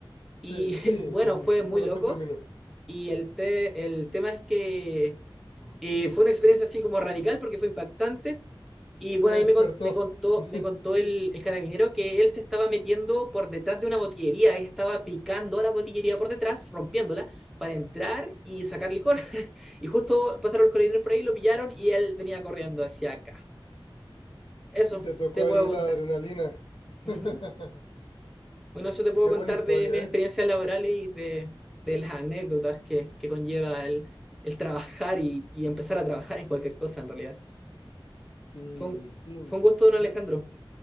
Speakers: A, in the centre; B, on the left.
A: Y
B: Sí,
A: <laughs>
B: sí,
A: bueno,
B: sí, sí,
A: fue muy
B: sí, conozco
A: loco
B: el término.
A: y el, te- el tema es que eh, fue una experiencia así como radical porque fue impactante. Y bueno,
B: Te despertó
A: ahí me, con- me contó,
B: <laughs>
A: me contó el, el carabinero que él se estaba metiendo por detrás de una botillería, él estaba picando la botillería por detrás, rompiéndola, para entrar y sacar licor. <laughs> Y justo pasaron los carabineros por ahí, lo pillaron y él venía corriendo hacia acá. Eso
B: y te tocó
A: te puedo
B: ahí la
A: contar.
B: adrenalina.
A: Ujú.
B: <laughs>
A: Bueno, eso te puedo
B: Qué
A: contar
B: buena historia,
A: de mis experiencias
B: ¿eh?
A: laborales y de, de las anécdotas que, que conlleva el, el trabajar y, y empezar a trabajar en cualquier cosa, en realidad.
B: Sí,
A: Fue un,
B: sí.
A: fue un gusto, don Alejandro.
B: Yo,